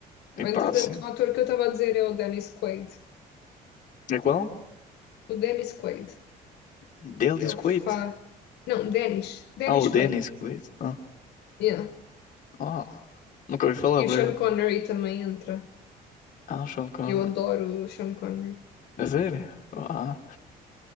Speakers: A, on the left; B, on the left.
A: E
B: Entretanto,
A: pá, sim.
B: o ator que eu estava a dizer é o Dennis Quaid.
A: É qual?
B: O Dennis Quaid.
A: Dennis
B: Ele
A: Quaid.
B: faz. Não, Dennis. Dennis
A: Ah, o
B: Quaid.
A: Dennis Quaid. Ah,
B: Yeah.
A: uau. Nunca ouvi falar,
B: E
A: por
B: o
A: acaso.
B: Sean Connery também entra.
A: Ah, o Sean Connery.
B: Eu adoro o Sean Connery.
A: A sério? Ah,